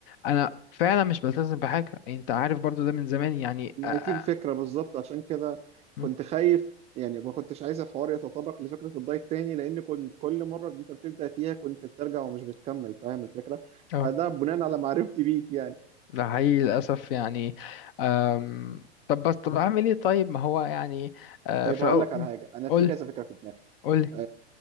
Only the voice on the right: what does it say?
ما
هي دي الفكرة بالظبط عشان كده
كنت خايف يعني ما كنتش عايز الحوار يتطرق لفكرة الدايت تاني لأن كنت كل مرة أنت بتبدأ فيها كنت بترجع ومش بتكمل فاهم الفكرة؟
فده بناء على معرفتي بيك يعني
طيب
هقول لك
على حاجة أنا
في كذا فكرة في دماغي
آه،